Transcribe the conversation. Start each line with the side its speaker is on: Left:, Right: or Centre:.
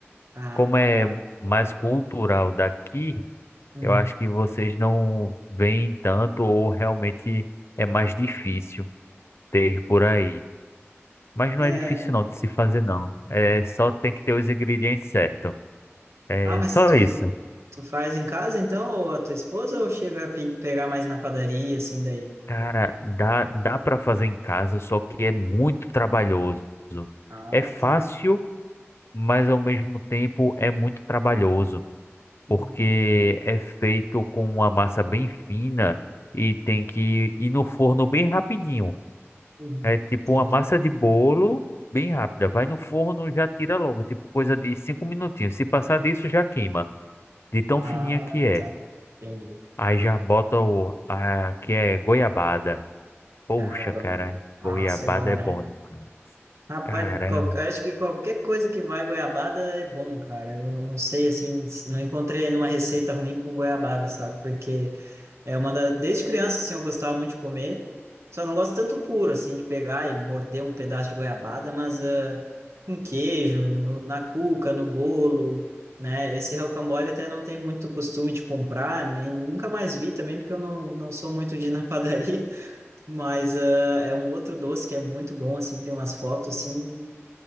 Right: Ah,
Left: Como é
Right: tá.
Left: mais cultural daqui,
Right: Uhum.
Left: eu acho que vocês não veem tanto ou realmente é mais difícil ter por aí. Mas não
Right: É...
Left: é difícil não de se fazer não. É só tem que ter os ingredientes certos. É
Right: Ah, mas
Left: só
Right: tu
Left: isso.
Right: Tu faz em casa, então, ou a tua esposa, ou chega a pe- pegar mais na padaria, assim, daí?
Left: Cara, dá dá para fazer em casa, só que é muito trabalhoso.
Right: Ah,
Left: É fácil,
Right: tá.
Left: mas ao mesmo tempo é muito trabalhoso.
Right: Hum,
Left: porque é feito com uma massa bem fina e tem que ir no forno bem rapidinho.
Right: uhum.
Left: É tipo
Right: Entendi.
Left: uma massa de bolo bem rápida. Vai no forno, já tira logo, tipo coisa de cinco minutinhos. Se passar disso, já queima, de tão
Right: Ah,
Left: fininha que é.
Right: tá. Entendi.
Left: Aí já bota o, a, que é goiabada. Poxa,
Right: Ah, bom.
Left: cara,
Right: Nossa,
Left: goiabada
Right: é bom,
Left: é
Right: né?
Left: bom. demais.
Right: Rapaz,
Left: Caramba,
Right: qual- acho que qualquer coisa que vai goiabada é bom, cara. Eu não sei, assim, se- não encontrei nenhuma receita ruim com goiabada, sabe? Porque É uma da... Desde criança, assim, eu gostava muito de comer. Só não gosto tanto puro, assim, de pegar e morder um pedaço de goiabada, mas ah, com queijo, no- na cuca, no bolo, né? Esse rocambole até não tenho muito costume de comprar, nem nunca mais vi também, porque eu não, não sou muito de ir na padaria. <laughs> Mas ah, é um outro doce que é muito bom, assim, tem umas fotos, assim,